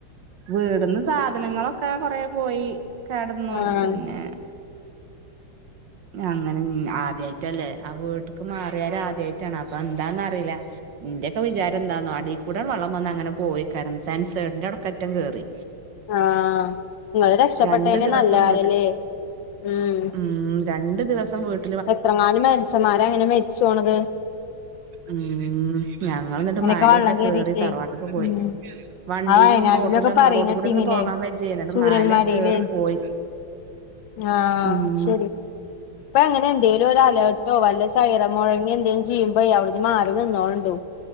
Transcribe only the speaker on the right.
വീട്ന്ന് സാധനങ്ങളൊക്കെ കൊറേ പോയി, കെടന്നു
പിന്നെ അങ്ങനെ ഞ്ഞ് ആദ്യായിട്ടല്ലേ ആഹ് വീട്ട്ക്ക് മാറിയാരെ ആദ്യായിട്ടാണ് അപ്പ എന്താന്നറില്ല. ഇന്റെയൊക്കെ വിചാരം എന്താന്നോ അടെകൂടെണ്ട് വള്ളം വന്നങ്ങനെ പോയികാര സെൻസയ്ഡിന്റെ അട്ക്കറ്റം കേറി
രണ്ട് ദിവസം
വീട്ടിൽ
ഉം രണ്ട് ദിവസം വീട്ട്
ഉം ഞങ്ങൾ ന്നിട്ട്
മാലൊക്കെ
കേറി തറവാട്ട്ക്ക് പോയി
വണ്ടിലും
റോട്ടിലും
റോട്ട് കൂടെ ഒന്ന് പോകാൻ വ ചെയ്യുന്നത്
മാല കേറി പോയി.
ഉം